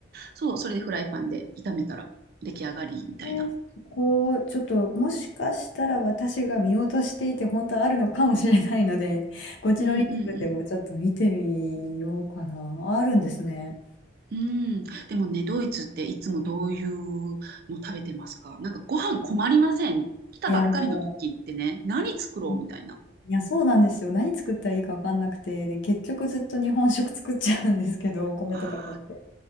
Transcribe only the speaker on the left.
えー、そこ、ちょっと、もしかしたら私が見落としていて、本当はあるのかもしれないので、<laughs> こっちのリンクでもちょっと見てみようかな。
あるんですね。
いや、も
う、いや、そうなんですよ。何作ったらいいか分かんなくて、で、結局ずっと日本食作っちゃうんですけど、お米とか買って。